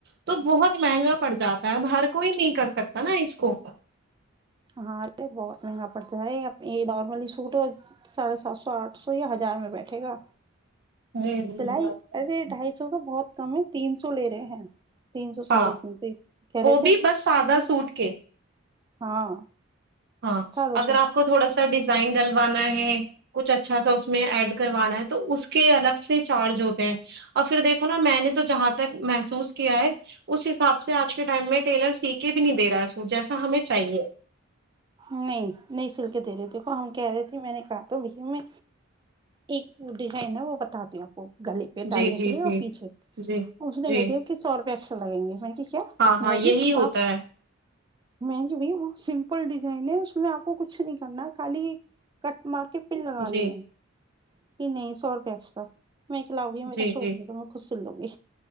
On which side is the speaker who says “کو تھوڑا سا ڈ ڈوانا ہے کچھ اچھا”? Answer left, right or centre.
Right